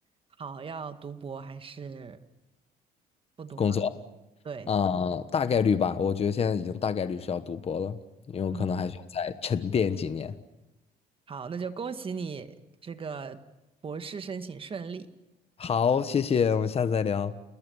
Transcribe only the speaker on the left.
工作
啊，呃大概率吧，我觉得现在已经大概率是要读博了，因为我可能还需要再沉淀几年。
好，谢谢，我们下次再聊。